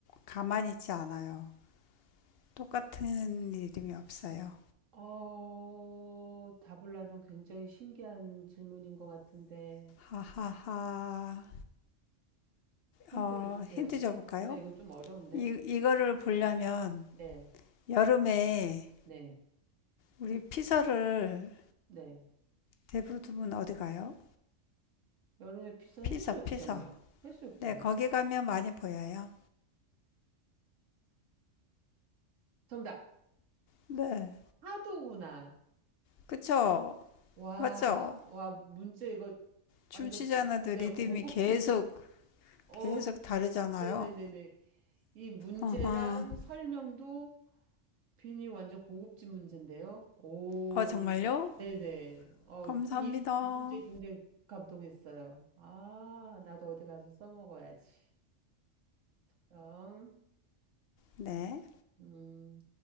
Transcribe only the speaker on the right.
어, 답을 하면 굉장히 신기한 질문인 것 같은데,
힌트를
주세요.
네, 이거 좀 어려운데?
네,
네,
네.
여름에 피서
해수욕장요.
해수욕장.
정답.
파도구나.
와,
와, 문제 이거
완전
내
고급진
문, 어,
네네네네. 이 문제랑
설명도 빈이 완전 고급진 문제인데요. 오,
네네. 어,
이, 이 문제 굉장히 감동했어요. 아, 나도 어디 가서 써먹어야지. 그럼,
음,